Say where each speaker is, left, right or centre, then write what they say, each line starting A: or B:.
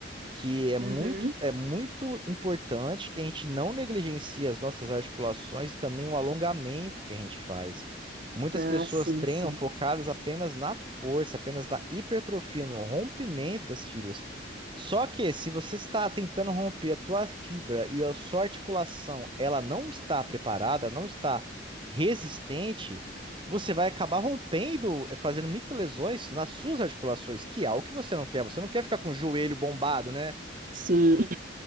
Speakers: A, on the right; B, on the right.
A: que é
B: Uhum.
A: muito, é muito importante que a gente não negligencie as nossas articulações e também o alongamento que a gente faz. Muitas
B: Ah,
A: pessoas
B: sim,
A: treinam
B: sim.
A: focadas apenas na força, apenas na hipertrofia, no rompimento das fibras. Só que se você está tentando romper a tua fibra e a sua articulação, ela não está preparada, não está resistente, você vai acabar rompendo, eh, fazendo microlesões nas suas articulações, que é algo que você não quer. Você não quer ficar com o joelho bombado, né?
B: Sim,